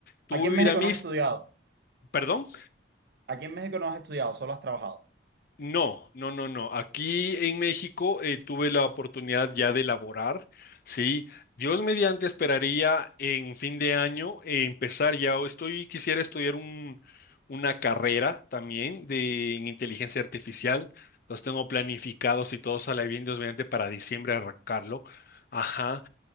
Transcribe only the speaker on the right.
Aquí en
México no has estudiado.
Aquí en México no has estudiado, solo has trabajado.